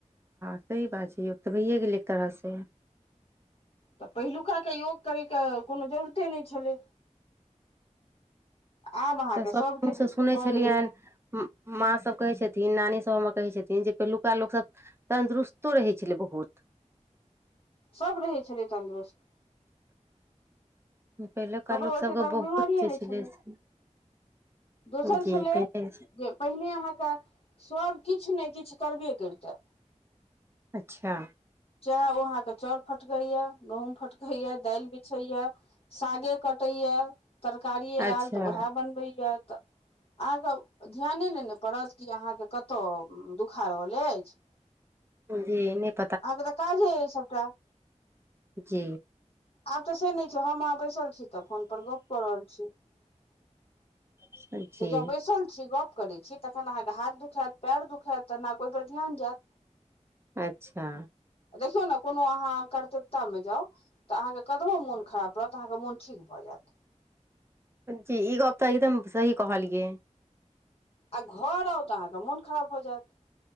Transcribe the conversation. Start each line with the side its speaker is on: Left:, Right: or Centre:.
Right: सही बात छै योग तऽ भैए गेलै एक तरहसँ
Left: तऽ पहिलुक का के योग करैके कोनो जरूरते नहि छलै आब अहाँके
Right: तऽ सब
Left: सभ
Right: मुँहसँ
Left: किछ
Right: सुनै
Left: भऽ
Right: छलियनि
Left: गेलै हेँ
Right: माँ सभ कहै छथिन नानीसभ हमर कहै छथिन जे पहिलुका लोकसभ तन्दुरुस्तो रहै छलै बहुत
Left: सब रहै छलै तन्दुरुस्त
Right: पहिलुका
Left: ककरो
Right: लोक
Left: ओ
Right: सबके
Left: छै तके
Right: बहुत
Left: बिमारिए
Right: जे
Left: नहि छलै
Right: से
Left: दोसर
Right: जी
Left: छलै
Right: पहिले
Left: जे पहिने अहाँके सभ किछु ने किछु करबे करिते
Right: अच्छा
Left: चाह ओ अहाँके चाउर फटकैया गहूँम फटकैया दालि बिछैया सागे कटैए तरकारिए
Right: अच्छा
Left: आयल तऽ उएह बनबैए तऽ अहाँके ध्याने नै ने पड़त कि अहाँके कतय दुखा रहल अछि
Right: जी निप
Left: आब तऽ काजे ऐ सबटा
Right: जी
Left: आब तऽ से नहि छै हम अहाँ बैसल छी तऽ फोन पर गप कऽ रहल छी तऽ
Right: जी
Left: ज बैसल छी गप करै छी तखन अहाँके हाथ दुखायत पयर दुखायत तऽ ने कोई पर ध्यान जायत
Right: अच्छा
Left: देखियौ ने कोनो अहाँ कर्तव्यतामे जाउ तऽ अहाँके कतबो मोन खराब रहत त अहाँके मोन ठीक भऽ जायत
Right: जी ई गप तऽ एकदम सही कहलियै
Left: आ घर आउ तऽ अहाँके मोन खराब भऽ जायत